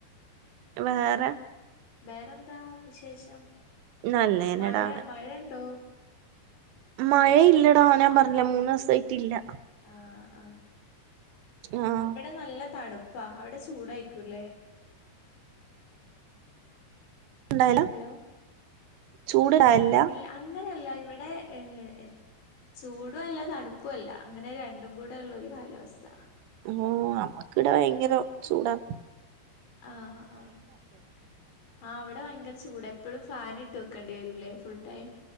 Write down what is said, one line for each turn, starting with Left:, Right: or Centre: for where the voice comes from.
Right: വേറെ
Left: വേറെന്താ വിശേഷം.
Right: നല്ലതന്നെടാ
Left: മഴ. മഴ ഉണ്ടോ?
Right: മഴ ഇല്ലടാ. ഞാൻ പറഞ്ഞില്ലേ. മൂന്നു ദിവസമായിട്ടില്ല.
Left: ആ ആ.
Right: ആഹ്
Left: ഇവിടെ നല്ല തണുപ്പാ. അവിടെ ചൂ ചൂടായിക്കൂല്ലേ?
Right: ന്താലും
Left: ഹലോ
Right: ചൂട്ണ്ടാവലില്ല.
Left: ഇല്ല അങ്ങനെയല്ല ഇവിടെ ഏ എ ചൂടുവല്ല തണുപ്പു അല്ല അങ്ങനെ രണ്ടും കൂടെ ഉള്ള ഒരു കാലാവസ്ഥ.
Right: ഓ നമ്മക്കിടെ ഭയങ്കര ചൂടാണ്.
Left: ആ ആ ആ അവിടെ ഭയങ്കര ചൂ തൂടെ എപ്പോഴും ഫാൻ ഇട്ട് വെക്കേണ്ടി വരുല്ലേ ഫുൾ ടൈം.